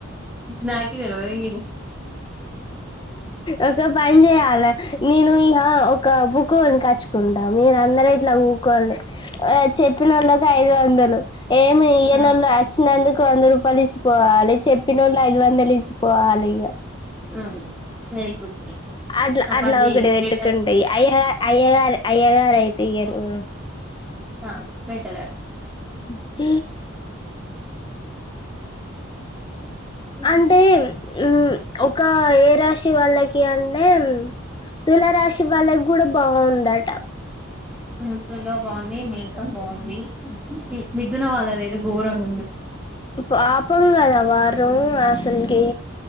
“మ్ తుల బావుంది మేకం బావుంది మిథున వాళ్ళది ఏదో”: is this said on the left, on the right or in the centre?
Centre